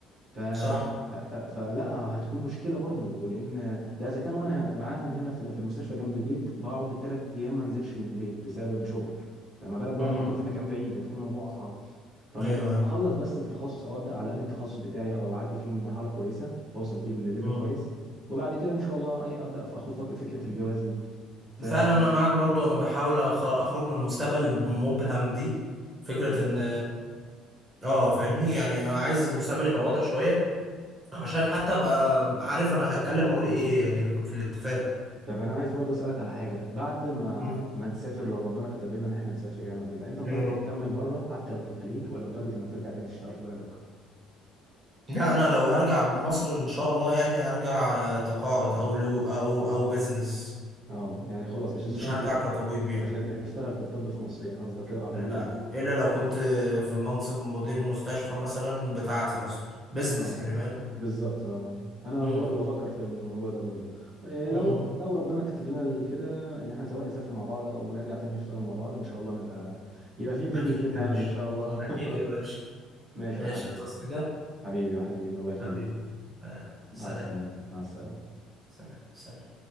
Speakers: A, on the right; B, on the right.
A: ف...
B: صح
A: ف... ف... فلا هتكون مشكله برضو لان ده اذا كان وانا معاهم هنا في في المستشفى جنب البيت بقعد بالثلاث ايام ما انزلش البيت بسبب الشغل فما بالك بقى
B: امم
A: لما اكون في مكان بعيد هتكون الموضوع اصعب فاخلص
B: أيوه أيوه
A: بس التخصص او ابدا على الاقل التخصص بتاعي او اعدي فيه من مرحله كويسه واوصل فيه لليفل
B: امم
A: كويس وبعد كده ان شاء الله ايه ابدا فاخد فك- فكره الجواز دي ف
B: فعلا أنا معاك برضو أنا بحاول أخ- أخرج من المستقبل المبهم دي فكرة
A: بالظبط
B: إن آه فاهمني يعني أنا عايز المستقبل يبقى واضح شوية عشان حتى أبقى عارف أنا هتكلم أقول إيه يعني في الاتفاق
A: طب انا عايز برضه اسالك على حاجه بعد ما
B: مم.
A: ما نسافر لو ربنا كتب لنا ان احنا نسافر يعني وكده انت متارجت
B: يا رب
A: تكمل بره حتى لو في الخليج ولا متارجت انك ترجع تاني تشتغل في بلدك
B: لا أنا لو هرجع مصر إن شاء الله يعني هرجع آه، تقاعد أو لو أو أو بزنس
A: اه يعني خلاص مش هتشتغل
B: مش هرجع
A: في
B: كطبيب يعني
A: مش هت- مش هتشتغل في الطب في مصر يعني قصدك كده بعد
B: لا
A: ما ترجع
B: الا لو كنت في منصب مدير المستشفى مثلا بتاعتي اصلا بزنس
A: اه
B: يعني فاهم
A: بالظبط اه انا
B: مم.
A: برضه بفكر في الموضوع ده برضه إيه
B: مم.
A: لو لو ربنا كتب لنا كده ان احنا سواء نسافر مع بعض او نرجع تاني نشتغل مع بعض ان شاء الله نبقى يبقى في بيزنس
B: اكيد
A: بينا
B: يا باشا
A: يعني ان شاء الله
B: اكيد يا
A: <laughs>
B: باشا
A: ماشي
B: ماشي
A: يا حبيبي
B: هتصحى حاجه
A: حبيبي يا حبيبي الله يخليك
B: حبيبي آه،
A: مع
B: سلام
A: السلامه مع السلامه
B: سلام سلام